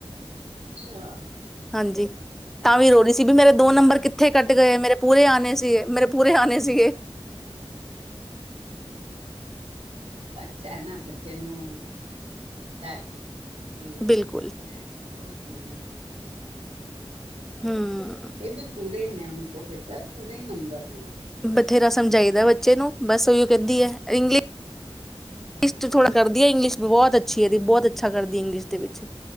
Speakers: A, on the right; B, in the centre.
A: ਅੱਛਾ
B: ਹਾਂਜੀ ਤਾਂ ਵੀ ਰੋੜ
A: ਨਾਈਨਟੀ
B: ਸੀ ਵੀ ਮੇਰੇ
A: ਏਟ
B: ਦੋ
A: ਦਾ
B: ਨੰਬਰ ਕਿੱਥੇ ਕੱਢ ਗਏ ਮੇਰੇ ਪੂਰੇ ਆਉਣੇ ਸੀਗੇ ਮੇਰੇ ਪੂਰੇ ਹਣੇ ਸੀਗੇ
A: ਤਨੂੰ ਬਦਾ ਨਾ ਬੱਚੇ ਨੂੰ ਹੁੰਦਾ ਤੇ
B: ਬਿਲਕੁਲ
A: ਮੈਂ ਬਹੁਤ ਮਿਹਨਤ ਕੀਤੀ ਹੈ ਤੇ ਮੈਨੂੰ ਪੂਰੇ ਨੰਬਰ
B: ਹੂੰ।
A: ਇਹ ਵੀ ਪੂਰੇ ਨੇ ਉਹ ਕੋ ਬੇਟਾ ਪੂਰੇ ਨੰਬਰ ਨੇ ਹੈ
B: ਬਥੇਰਾ ਸਮਝਾਈਦਾ ਬੱਚੇ ਨੂੰ ਬਸ ਉਹੀਓ ਕਹਿੰਦੀ ਹੈ ਇੰਗਲਿਸ਼
A: ਹਾਂ
B: ਟ ਥੜਾ ਕਰਦੀ ਹੈ ਇੰਗਿਸ਼ ਵੀ ਬਹੁਤ ਅੱਛੀ ਅੱਛੀ ਹੈਦੀ ਬਹੁਤ ਅੱਛਾ ਕਰਦੀ ਇੰਗਲਿਸ਼ ਦੇ ਵਿੱਚ